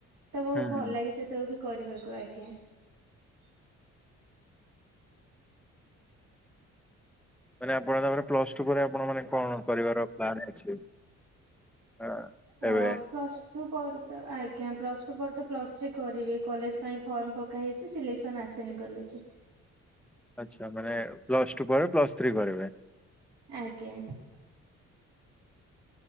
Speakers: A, on the right; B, in the centre.
A: ତ ବୋହୁତ
B: ହୁଁ
A: ଭଲ
B: ହୁଁ
A: ଲାଗେ। ସେ ସବୁ ବି କରିବାକୁ ଆଜ୍ଞା।
B: ମାନେ ଆପଣ ତାପରେ ପ୍ଲସଟୁ ପରେ ଆପଣମାନେ କଣ କରିବାର ପ୍ଲାନ ଅଛି। ଆଁ,
A: ଅ
B: ଏବେ
A: ପ୍ଲସ୍ ଟୁ ପରେ ତ ଆଜ୍ଞା ପ୍ଲସ୍ ଟୁ ପରେ ତ ପ୍ଲସ୍ ଥ୍ରୀ କରିବି। କଲେଜ ପାଇଁ ଫର୍ମ ପକା ହେଇଚି ସିଲେକ୍ସନ ଆସି ନି କଲେଜ।
B: ଆଚ୍ଛା ମାନେ ପ୍ଲସ୍ ଟୁ ପରେ ପ୍ଲସ୍ ଥ୍ରୀ କରିବେ।
A: ଆଜ୍ଞ।